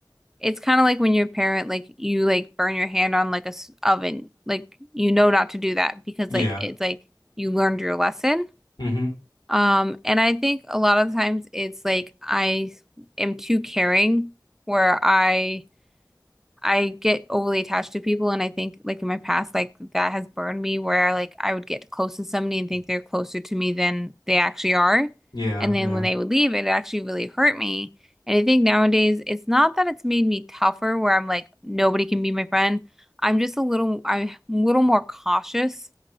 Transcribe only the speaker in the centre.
it's kind of like when your parent like you like burn your hand on like a s- oven, like you know not to do that because
like it's like you learned your lesson.
Um, and I think a lot of times it's like I am too caring where I I get overly attached to people and I think like in my past like that has burned me where like I would get close to somebody and think they're closer to me than they actually are.
And then
when they would leave, it actually really hurt me. And I think nowadays it's not that it's made me tougher where I'm like nobody can be my friend. I'm just a little I'm a little more cautious